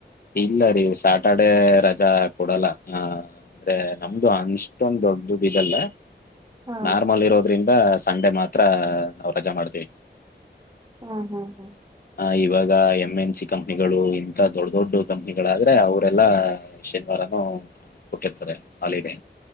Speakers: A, on the left; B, on the right.
A: ಇಲ್ಲ ರೀ ಸ್ಯಾಟರ್ಡೆೇ ರಜಾ ಕೊಡಲ್ಲ ಅ ಅಂದ್ರೆ ನಮ್ದು ಅಷ್ಟೊಂದ್ ದೊಡ್ದುದ್ ಇದಲ್ಲ
B: ಹಾ
A: ನಾರ್ಮಲ್ ಇರೋದ್ರಿ ಹಾ ಸಂಡೆ ಮಾತ್ರ ರಜಾ ಮಾಡ್ತೀವಿ
B: ಹ್ಮ್ ಹ್ಮ್ ಹ್ಮ್
A: ಆ ಇವಾಗ ಎಮ್ ಎನ್ ಸಿ ಕಂಪನಿಗಳು ಇಂತ ದೊಡ್ ದೊಡ್ ಕಂಪ್ನಿಗಳಾದ್ರೆ ಅವ್ರೆೆಲ್ಲಾ ಶನಿವಾರನೂ ಕೊಟ್ಟಿರ್ತಾರೆ ಹಾಲಿಡೇ